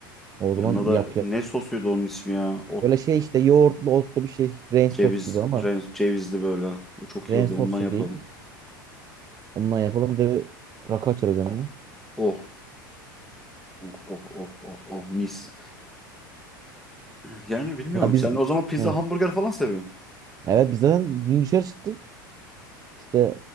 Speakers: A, on the right (about 30°); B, in the centre.
A: O
B: Yanına
A: zaman
B: da
A: yap yap.
B: ne sosuydu onun ismi ya? O
A: Böyle şey işte yoğurtlu otlu bir şey. Rain sos
B: ceviz,
A: gibi ama
B: ren, cevizli böyle. O çok
A: rain
B: iyi oluyor.
A: sos
B: Ondan yapalım.
A: da değil. Ondan yapalım. Bir de rakı açarız yanına.
B: Oh, oh, oh, oh, oh, oh, mis. <clears throat> Yani bilmiyorum.
A: Ha biz
B: Sen o zaman pizza,
A: Hı.
B: hamburger falan seviyorsun.
A: Evet biz zaten dün dışarı çıktık. İşte